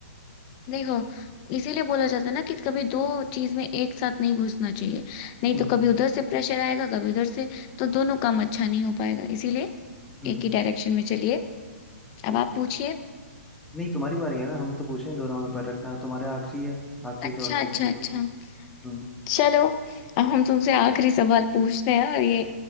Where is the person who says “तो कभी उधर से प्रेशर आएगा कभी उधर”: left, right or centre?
Left